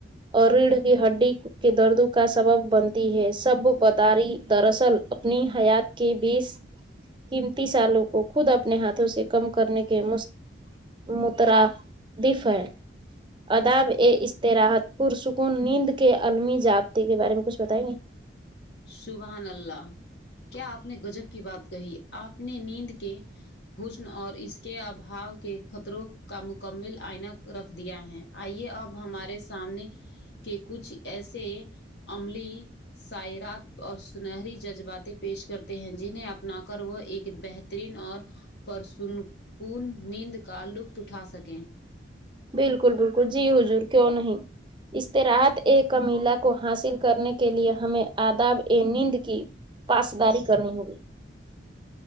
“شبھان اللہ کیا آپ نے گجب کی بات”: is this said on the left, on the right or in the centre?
Left